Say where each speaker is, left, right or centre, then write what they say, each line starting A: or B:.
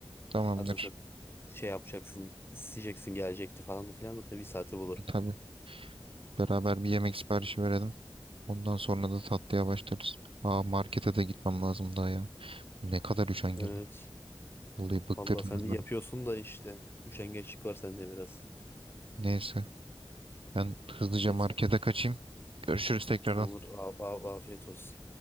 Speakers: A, on the right (about 75°); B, on the left (about 25°).
A: Tamamdır.
B: Zaten sen şey yapacaksın, isteyeceksin gelecekti falan da filan zaten bir saati bulur.
A: E, tabii. Beraber bir yemek siparişi verelim. Ondan sonra da tatlıya başlarız. Aa markete de gitmem lazım daha ya. Ne kadar üşengelim.
B: Evet.
A: Vallahi bıktırdınız
B: Vallahi sen de yapıyorsun
A: beni.
B: da işte. Üşengeçlik var sende biraz.
A: Neyse ben hızlıca
B: Neyse.
A: markete kaçayım. Görüşürüz tekrardan.
B: Tamam, Af- af- afiyet olsun.